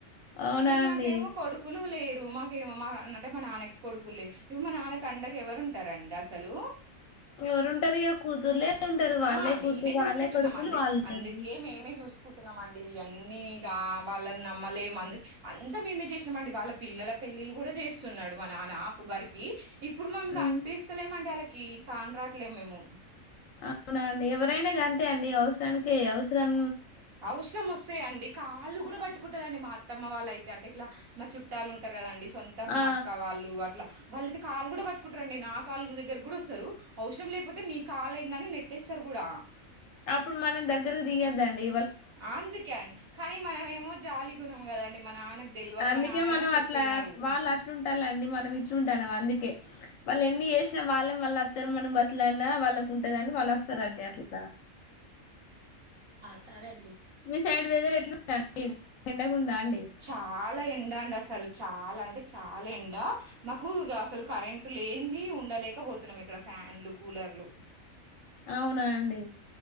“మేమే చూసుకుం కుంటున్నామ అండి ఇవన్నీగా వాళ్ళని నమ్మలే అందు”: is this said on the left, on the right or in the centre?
Right